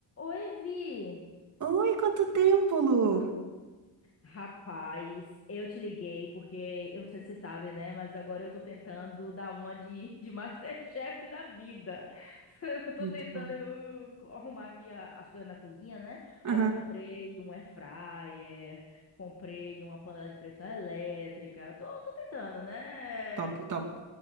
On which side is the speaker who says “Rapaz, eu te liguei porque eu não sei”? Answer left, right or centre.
Left